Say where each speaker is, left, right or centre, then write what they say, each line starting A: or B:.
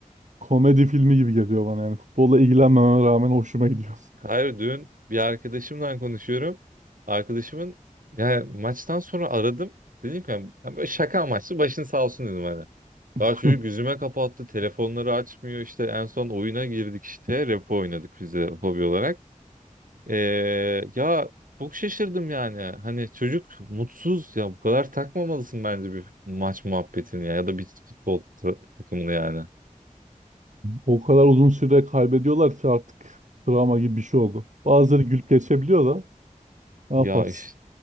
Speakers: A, on the right (about 60°); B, on the right (about 80°).
A: Komedi filmi gibi geliyor bana yani. Futbolla ilgilenmememe rağmen hoşuma gidiyor.
B: Hayır dün bir arkadaşımla konuşuyorum. Arkadaşımın yani maçtan sonra aradım. Dedim ki yani, böyle şaka amaçlı başın sağ olsun dedim hani.
A: <laughs>
B: Daha çocuk yüzüme kapattı. Telefonları açmıyor işte. En son oyuna girdik işte. Repo oynadık biz de hobi olarak. Ee, ya çok şaşırdım yani. Hani çocuk mutsuz ya bu kadar takmamalısın bence bir maç muhabbetini ya ya da bir futbol ta- takımını yani.
A: O kadar uzun süre kaybediyorlar ki artık travma gibi bir şey oldu. Bazıları gülüp geçebiliyor da ne
B: Ya
A: yaparsın?
B: işte,